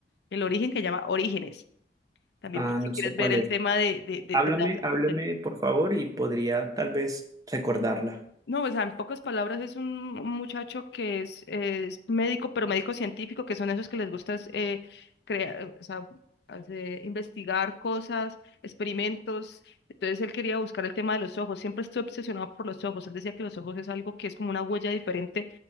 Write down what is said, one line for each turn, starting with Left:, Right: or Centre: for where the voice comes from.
Left: el Origen que llama Orígenes. También
Right: Ah,
Left: por si
Right: no
Left: quieres
Right: sé cuál
Left: ver el
Right: es.
Left: tema de, de, de,
Right: Háblame,
Left: de la,
Right: háblame por favor y podría tal vez recordarla.
Left: No, o sea, en pocas palabras es un muchacho que es, es médico, pero médico científico, que son esos que les gusta es, eh, crear, o sea, hacer- investigar cosas, experimentos. Entonces él quería buscar el tema de los ojos. Siempre estoy obsesionado por los ojos. Él decía que los ojos es algo que es como una huella diferente